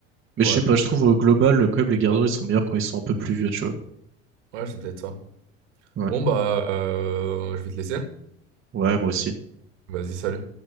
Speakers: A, on the right (about 35°); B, on the right (about 75°).
A: Mais
B: Ouais,
A: je sais pas, je trouve au global, quand même, les gardiens, ils sont meilleurs quand ils sont un peu plus vieux, tu vois.
B: ouais, c'est peut-être ça.
A: Ouais,
B: Bon, bah, euh, je vais te laisser.
A: ouais, moi aussi.
B: Vas-y, salut.